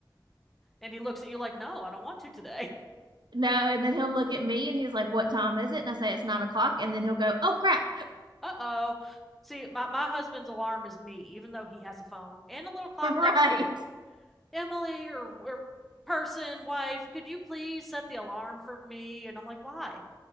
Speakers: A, in the centre; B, on the right.
A: and he looks at you like no i don't want to today
B: No. And then he'll look at me and he's like, What time is it? And I say, It's nine o'clock. And then he'll go, Oh, crap
A: uh oh. See, my, my husband's alarm is me, even though he has a phone and a little clock
B: <laughs> right.
A: next to him. Emily or, or person, wife, could you please set the alarm for me? And I'm like, why?